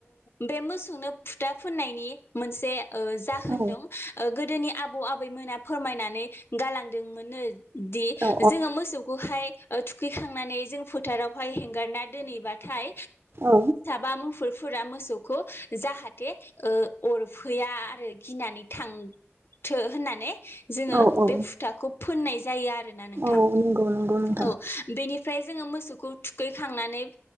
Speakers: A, on the left; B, on the right.
A: बे मोसौनो फुथा फुननायनि मोनसे जाहोन
B: औ
A: दं गोदोनि आबौ आबैमोना फोरमायनानै गालांदोंमोननो दि
B: औ
A: जोङो मोसौखौहाय थुखैखांनानै जों फोथारावहाय हेंगारना दोनहैबाथाय
B: औ
A: बा मुफुरफोरा मोसौखौ जाहाथे अरफैया आरो गिनानै थांथो होननानै जोङो
B: औ औ
A: बे फुथाखौ फोननाय जायो आरोना नोंथां
B: औ नंगौ नंगौ नोंथां
A: औ बेनि ओमफ्राय जोङो मोसौखौ थुखैखांनानै